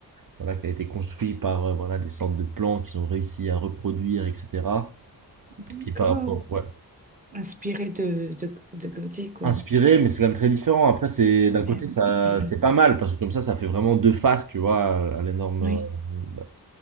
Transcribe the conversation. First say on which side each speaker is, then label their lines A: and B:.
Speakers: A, on the right; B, on the right.
A: voilà, qui a été construit par euh, voilà, les sortes de plans qu'ils ont réussi à reproduire, etc.
B: D'accord.
A: Qui par rapport, ouais.
B: Inspiré de, de, de Gaudi, quoi.
A: Inspiré, mais c'est quand même très différent. Après, c'est d'un
B: Ouais.
A: côté, ça,
B: Mhm.
A: c'est pas mal parce que comme ça, ça fait vraiment deux faces, tu vois, à l'énorme
B: Oui.
A: euh, bah,